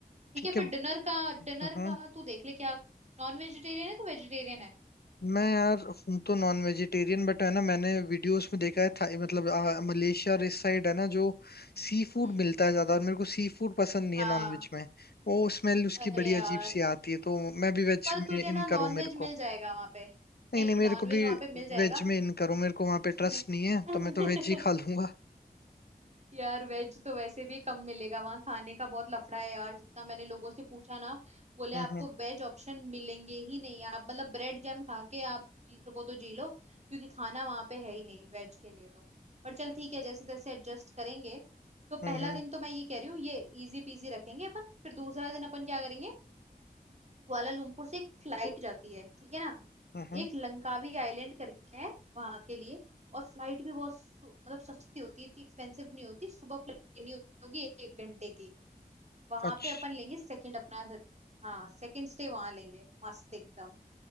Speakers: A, on the right; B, on the left.
A: ठीक
B: ठीक
A: है फिर
B: है
A: डिनर का डिनर
B: हम्म
A: का तू देख ले क्या नॉन वेजिटेरियन है तो वेजिटेरियन है
B: मैं यार हूँ तो नॉन वेजिटेरियन बट है ना मैंने वीडियोस में देखा है था, मतलब आ, मलेशिया और इस साइड है ना जो सी फूड
A: हम्म
B: मिलता है ज्यादा और मेरे को सी फूड पसंद नहीं
A: हाँ
B: है नॉन वेज में वो स्मेल उसकी
A: अरे
B: बड़ी
A: यार
B: अजीब सी आती है तो मैं भी वेज
A: पर तुझे
B: में इन
A: ना नॉनवेज
B: करूँ मेरे को
A: मिल जाएगा वहां पे
B: नहीं
A: नहीं
B: नहीं मेरे
A: नॉनवेज
B: को भी
A: वहां पे मिल जाएगा
B: वेज में इन करूँ मेरे को वहां पे ट्रस्ट
A: <laughs>
B: नहीं है तो मैं तो वेज ही खा लूंगा
A: यार वेज तो वैसे भी कम मिलेगा वहां खाने का बहुत लफड़ा है यार जितना मैंने लोगों से पूछा ना बोले
B: हम्म
A: आपको
B: हम्म
A: वेज ऑप्शन मिलेंगे ही नहीं आप मतलब ब्रेड जैम खा के आप जी सको तो जी लो क्योंकि खाना वहां पे है ही नहीं वेज के लिए तो पर चल ठीक है जैसे तैसे एडजस्ट करेंगे तो पहला
B: हम्म
A: दिन तो मैं ये कह रही हूँ ये इजी पीजी रखेंगे अपन फिर दूसरा दिन अपन क्या करेंगे कुआलालंपुर से एक फ्लाइट जाती है ठीक है ना
B: हम्म हम्म।
A: एक लंकावी आइलैंड करके है वहां के लिए और फ्लाइट भी बहुत सु- मतलब सस्ती होती है इतनी एक्सपेंसिव नहीं होती सुबह फ्लाइट लेनी होगी एक घंटे की वहां
B: अच्छा
A: पे अपन लेंगे सेकंड अपना हाँ सेकंड स्टे वहां लेंगे मस्त एकदम